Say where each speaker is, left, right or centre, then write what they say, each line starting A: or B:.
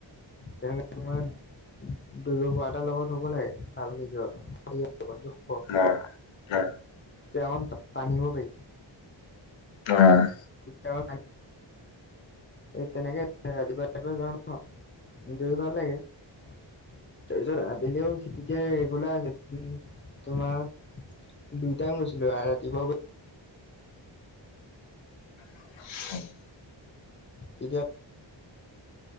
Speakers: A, on the left (about 25°); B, on the left (about 75°).
A: তেনেকৈ তোমাৰ দৌৰিব পৰা এটাৰ লগত হ'ব লাগে ভাল নিজৰ। হাৰ লগত <unintelligible> <unintelligible>
B: অহ', -অহ',।
A: <unintelligible> টানিব পাৰিবি।
B: অহ'।
A: তেতিয়া তেনেকে ৰাতিপুৱা যা <unintelligible> অহ', দৌৰি ভাল লাগে। তাৰপিছত আবেলিও- তেতিয়া ৰেগুলাৰ আ' ম, তোমাৰ দুই টাইম গৈছিলোঁ। আ', ৰাতিপুৱা
B: <unintelligible>
A: তেতিয়া